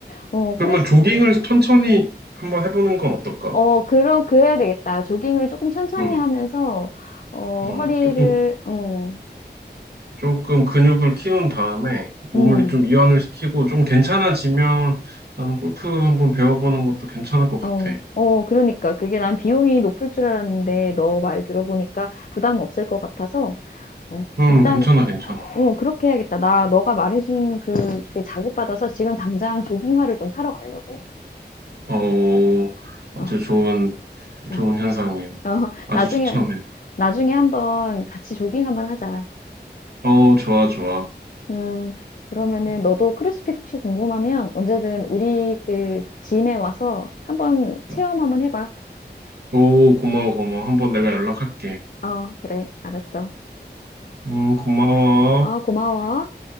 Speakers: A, on the left; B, on the right.
A: 어,
B: 그러면
A: 크로스,
B: 조깅을 천천히 한번 해보는 건 어떨까?
A: 어, 그럼, 그래야 되겠다. 조깅을 조금 천천히
B: 음,
A: 하면서, 어,
B: 어,
A: 허리를,
B: 조금,
A: 어,
B: 조금 근육을 키운 다음에 몸을
A: 음,
B: 좀 이완을 시키고 좀 괜찮아지면 나는 골프 한번 배워보는 것도 괜찮을 것 같아.
A: 어, 어, 그러니까. 그게 난 비용이 높을 줄 알았는데, 너 말 들어보니까 부담 없을 것 같아서, 어,
B: 음,
A: 일단,
B: 괜찮아, 괜찮아.
A: 어, 그렇게 해야겠다. 나, 너가 말해준 그, 게 자극받아서 지금 당장 조깅화를 좀 사러 가려고.
B: 어, 아주
A: 어,
B: 좋은,
A: 어.
B: 좋은 현상이에요.
A: 어,
B: 아주
A: 나중에,
B: 추천해.
A: 나중에 한번 같이 조깅 한번 하자.
B: 어, 좋아, 좋아.
A: 음, 그러면은
B: 음,
A: 너도 크로스핏 혹시 궁금하면 언제든 우리 그 짐에 와서 한번 체험
B: 음.
A: 한번 해봐.
B: 오, 고마워, 고마워. 한번 내가 연락할게.
A: 어, 그래, 알았어.
B: 음, 고마워.
A: 어, 고마워.